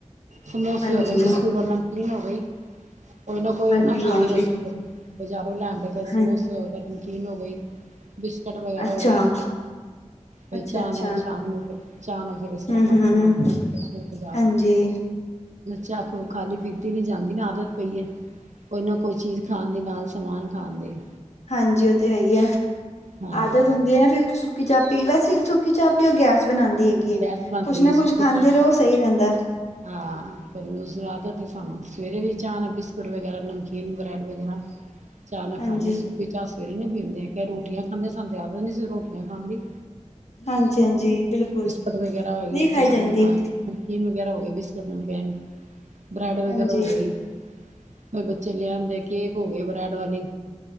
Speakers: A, on the right (about 85°); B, on the left (about 70°).
A: ਸੋਮੇਸੇ
B: ਹਾਂਜੀ
A: ਹੋ ਗਏ ਬਿਸਕੁਟ ਔਰ ਨਮਕੀਨ ਗ, ਈ ਕੋਈ ਨਾ ਕੋਈ
B: ਹਾਂਜੀ
A: ਨਾ ਖਾਣ
B: ਹਾਂਜੀ
A: ਵਾਸਤੇ ਫੇਰ ਬਜਾਰੋਂ ਲੈਣ ਦੇ, ਕਦੇ
B: ਹਾਂ
A: ਸਮੋਸੇ ਹੋ ਗਏ, ਕਦੇ ਨਮਕੀਨ ਹੋ ਗਈ, ਬਿਸਕੁਟ ਵਗੈਰਾ
B: ਅੱਛਾ
A: ਹੋ ਗਏ। ਬਈ
B: ਅੱਛਾ
A: ਚਾਹ
B: ਅੱਛਾ
A: ਨਾਲ ਸ਼ਾਮ ਨੂੰ ਫੇਰ ਚਾਹ ਨਾਲ ਫਿਰ ਇਸ ਤਰ੍ਹਾਂ
B: ਹਮ
A: ਕਰ
B: ਹਮ
A: ਦਿੰਨਾ ਜਾ, ਫੇਰ ਬਜ਼ਾਰੋ
B: ਹਾਂਜੀ
A: ਚਾਹ ਹੁਨ ਖਾਲੀ ਪੀਤੀ ਨੀਂ ਜਾਂਦੀ ਨਾ ਆਦਤ ਪਈਏ, ਕੋਈ ਨਾ ਕੋਈ ਚੀਜ ਖਾਣ ਦੀ ਨਾਲ ਸਮਾਨ ਖਾਣ ਦੀ।
B: ਹਾਂਜੀ, ਓਤੇ ਹੀ ਈਏ
A: ਹਾਂ
B: ਆਦਤ ਹੁੰਦੀ ਏ ਫੇਰ ਸੁੱਕੀ ਚਾਹ ਪੀ ਵੈਸੇ ਸੁੱਕੀ ਚਾਹ ਪਿਉ, ਓ ਗੈਸ ਬਣਾਦੀ ਹੈਗੀਏ।
A: ਗੈਸ ਬਣਦੀ
B: ਕੁੱਛ ਨਾ
A: ਹੈ ਸੁੱਕੀ
B: ਕੁੱਝ ਖਾਂਦੇ
A: ਚਾਹ
B: ਰੋ ਓ ਸਈ ਰੈਂਦੈ।
A: ਹਾਂ ਫੇਰਆਦਤ ਏ ਸਾਨੂੰ ਸਵੇਰੇ ਵੀ ਚਾਹ ਨਾਲ ਬਿਸਕੁਟ ਵਗੈਰਾ, ਨਮਕੀਨ, ਬਰੈਡ ਵਗੈਰਾ।
B: <inaudible>
A: ਚਾਹ ਨਾਲ
B: ਹਾਂਜੀ
A: ਖਾਂਦੇ ਆ ਸੁੱਕੀ ਚਾਹ ਸਵੇਰੇ ਨੀ ਪੀਂਦੇ ਫੇਰ ਰੋਟੀਆਂ ਖਾਂਦੇ ਸਾਨੂੰ ਆਦਤ ਨਈਂ ਸੀ ਰੋਟੀਆਂ ਖਾਣ ਦੀ।
B: ਹਾਂਜੀ-ਹਾਂਜੀ ਬਿਲਕੁਲ।
A: ਬਿਸਕੁਟ ਵਗੈਰਾ
B: ਨਹੀਂ
A: ਹੋਗੇ
B: ਖਾਈ
A: ਚਾਹ
B: ਜਾਂਦੀ
A: ਨਾਲ। ਨਮਕੀਨ ਵਗੈਰਾ ਹੋਗੇ, ਬਿਸਕੁਟ, ਨਮਕੈਨ, ਬ੍ਰੈਡ ਵਗੈਰਾ
B: ਹਾਂਜੀ
A: ਹੋਗੇ। ਫਿਰ ਬੱਚੇ ਲਿਆਦੇ ਕੇਕ ਹੋ ਗਏ ਬਰੈਡ ਵਾਲੀ।